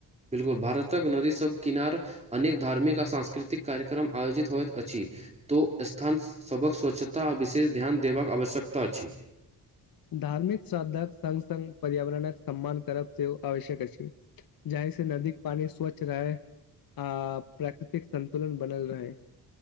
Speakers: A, on the right (about 15°); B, on the left (about 55°).
A: बिलकुल भारतक नदी सब किनार अनेक धार्मिक आ सांस्कृतिक कार्यक्रम आयोजित होइत अछि तो स्थान सभक स्वच्छता आ विशेष ध्यान देबाक आवश्यकता अछि
B: धार्मिक श्रादधक संग संग पर्यावरणक सम्मान करब से आवश्यक अछि जहि से नदीक पानी स्वच्छ रहै आ प्राकृतिक संन्तुलन बनल रहै